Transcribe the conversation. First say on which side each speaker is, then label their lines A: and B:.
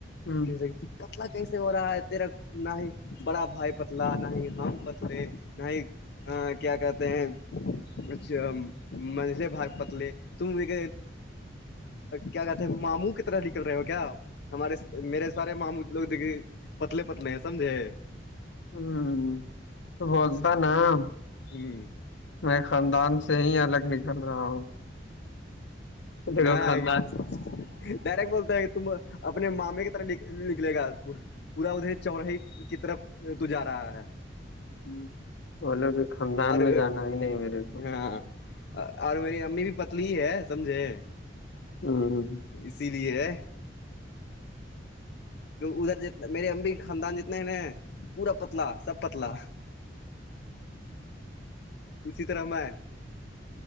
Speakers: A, on the left; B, on the left.
A: ہوں
B: کسے پتلا کیسے ہو رہا ہے تیرا نہ ہی بڑا بھائی پتلا نہ ہی ہم پتلے نہ ہی کیا کہتے ہیں کچھ منجلے بھائی پتلے تم ایک کیا کہتے ماموں کی طرح نکل رہے ہو کیا ہمارے میرے سارے مام لوگ دیکے پتلے پتلے ہیں سمجھے
A: ہوں بولتا نا <unintelligible>
B: جوں <unintelligible>
A: میں خاندان سے ہی الگ نکل رہا ہوں
B: نہگ
A: دیکھو خاندان
B: <unintelligible> ڈائریکٹ بولتا ہے تم اپنے مامے کی طرح نکلے گا آج پور پورا ادھر چوراہائیی کی طرف تو جا رہا ہے
A: ہ بولو کہ خاندان
B: اور
A: میں جانا ہی نہیں میرے کو <unintelligible>
B: ہاں اور میری امی بھی پتلی ہے سمجھے
A: ہوں <inaudible>
B: اسی لیے ادھر ج میرے امبی خاندان جتنا ہے نا پورا پتلا سب پتلا اسی طرح میں <unintelligible>